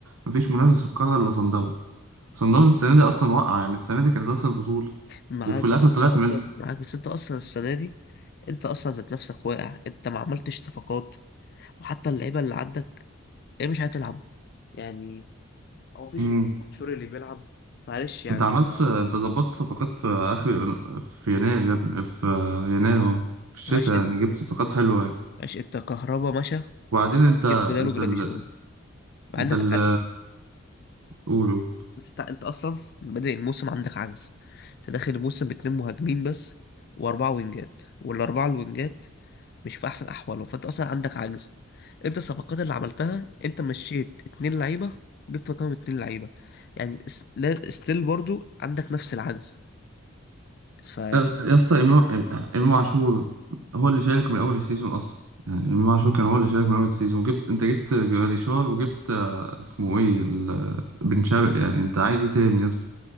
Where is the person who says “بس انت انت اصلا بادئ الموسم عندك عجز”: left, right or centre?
Left